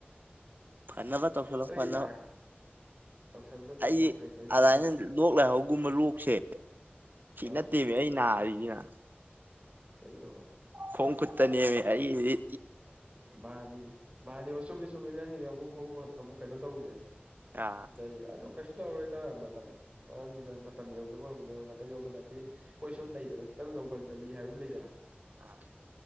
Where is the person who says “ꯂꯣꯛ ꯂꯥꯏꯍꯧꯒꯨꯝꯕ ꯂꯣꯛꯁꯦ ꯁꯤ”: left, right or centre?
Right